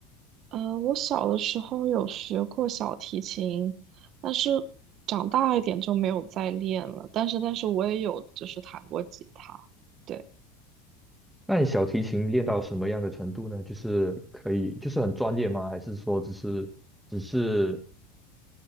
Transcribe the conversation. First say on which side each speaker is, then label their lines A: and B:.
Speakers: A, on the right (about 50°); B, in the centre.
A: 呃，我小的时候有学过小提琴，但是长大一点就没有再练了。但是，但是我也有就是弹过吉他，对，
B: 那你小提琴练到什么样的程度呢？就是可以就是很专业吗？还是说只是只是